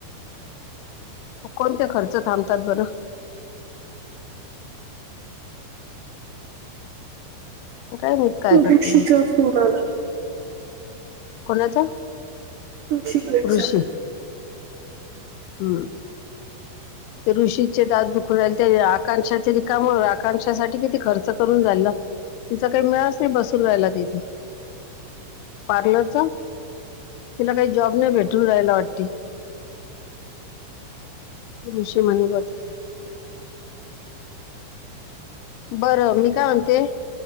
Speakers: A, on the left; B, on the right.
A: कोणते खर्च थांबतात बर अमं.. मग काय माहित. काय
B: प्रदुषीचा
A: करते मग
B: फोन आला.
A: कोणाचा.
B: तू शिकलेत
A: ऋषी
B: शा.
A: हम्म. ते ऋषीचे दात दुख दुखू राहिल. ते आकांक्षाचे रिकाम आकांक्षासाठी किती खर्च करून झालं. तिचा काय मैळच नाही बसू राहिला तिथे पार्लरचा. तिला काय जॉब नाही भेटू राहायला वाटते. ऋषी म्हणे बा ते. बरं मी काय म्हणते.